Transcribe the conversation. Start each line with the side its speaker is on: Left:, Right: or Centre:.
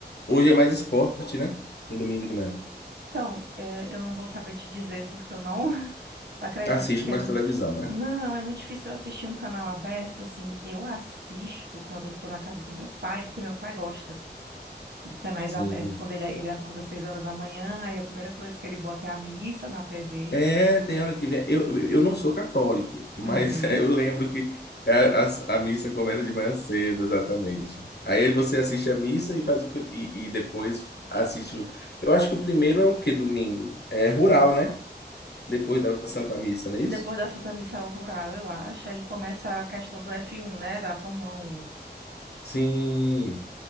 Left: Hoje é mais esporte, né? No domingo de manhã.
Right: Então, é, eu não vou saber te dizer porque eu não <laughs> acredito
Left: Assiste
Right: que
Left: mais
Right: é. mu-
Left: televisão, né?
Right: Não, é muito difícil eu assistir um canal aberto, assim. Eu assisto quando eu estou na casa do meu pai, porque meu pai gosta de canais
Left: Sim.
Right: abertos. Quando ele, ele acorda às seis horas da manhã, aí a primeira coisa que ele bota é a missa na TV.
Left: É, tem hora que vem. Eu, eu eu não sou católico, mas
Right: Uhum.
Left: <laughs> é, eu lembro que a, a- a missa começa de manhã cedo, exatamente. Aí você assiste a missa e faz o que e, e depois assiste. o- Eu acho que o primeiro é o que domingo? É rural, né? Depois da Santa Missa, não é isso?
Right: depois da Santa Missão Rural, eu acho, aí começa a questão do F1, né? Da Fórmula 1,
Left: Sim.